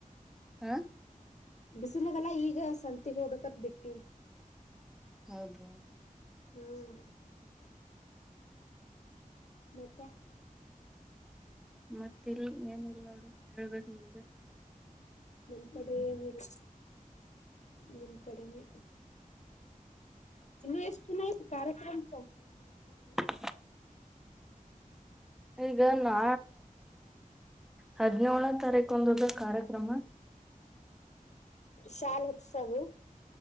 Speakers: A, in the centre; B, on the left.
A: ಹಾ.
B: ಬಿಸಿನದಲ್ಲಾ ಈಗ ಸಂತಗ್ ಹೋಗಬೇಕತ್ ಬಿಟ್ಟಿರಿ
A: ಹೌದು
B: ಹ್ಮ್ ಮತ್ತೆ
A: ಮತ್ತ ಇಲ್ ಏನಲ್ಲ ನೋಡು ಹೇಳ್ಬೇಕದು ನಿಮ್ದು
B: ನಮ್ ಕಡೆ ಏನಿಲ್ಲ ನಿಮ್ ಕಡೆನೇ ಇನ್ನು ಎಷ್ಟು ದಿನ ಕಾರ್ಯಕ್ರಮಸ ಹ <unintelligible>
A: ಹ <unintelligible> ಈಗ ನಾ ಹದಿನೇಳೇಳನೇ ತಾರೀಕು ಒಂದುದ ಕಾರ್ಯಕ್ರಮ
B: ಶಾಲ್ ಉತ್ಸಹು